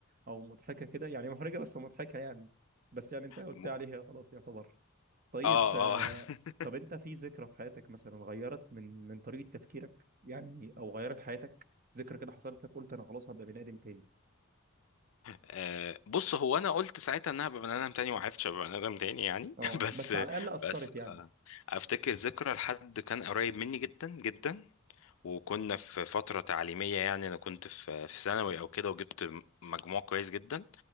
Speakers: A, on the right; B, on the left.
A: او مضحكة كده يعني محرجة بس مضحكة يعني بس يعني انت قلت
B: م-
A: عليها خلاص يعتبر طيب
B: اه
A: آه،
B: اه <laughs>
A: طب انت في ذكرى في حياتك مثلا غيرت من من طريقة تفكيرك يعني او غيرت حياتك ذكرى كده حصلت لك قلت انا خلاص هبقى بني ادم تاني
B: آه، بص هو انا قلت ساعتها انها بني ادم تاني وعرفتش ابقى بني ادم تاني يعني
A: اه
B: <laughs> بس
A: بس على الاقل اثرت
B: بس
A: يعني
B: آه، افتكر ذكرى لحد كان قريب مني جدا جدا وكنا في فترة تعليمية يعني انا كنت في في ثانوي او كده وجبت مجموع كويس جدا